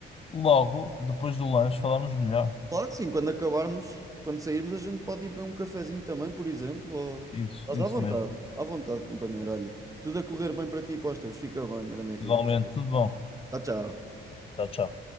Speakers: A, on the left (about 30°); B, on the right (about 15°).
A: Logo depois do lanche falamos melhor.
B: Claro que sim, quando acabarmos, quando sairmos, a gente pode ir beber um cafezinho também, por exemplo. Ou...
A: Isso,
B: Estás
A: isso
B: à vontade,
A: mesmo.
B: à vontade, companheiro. Olha, tudo a correr bem para ti e para os teus. Fica bem, grande Henrique.
A: Igualmente, tudo bom.
B: Tchau, tchau.
A: Tchau, tchau.